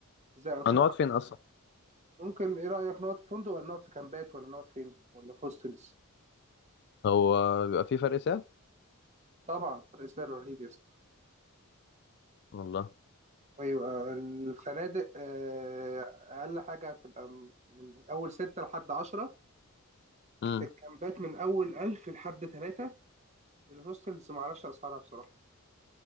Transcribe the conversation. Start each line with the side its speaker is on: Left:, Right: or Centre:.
Right: زي انشطه
Left: هنقعد فين اصلا؟
Right: ممكن ايه رايك نقعد في فندق ولا نقعد في كامبات ولا نقعد فين ولا في هوستلز
Left: هو بيبقى في فرق سعر؟
Right: طبعا فرق سعر رهيب يا اسطى
Left: والله
Right: ايوه الفنادق آه، اقل حاجه هتبقى م- من اول ستة لحد عشرة
Left: امم
Right: الكامبات من اول ألف لحد تلاتة الهوستلز معرفش اسعارها بصراحه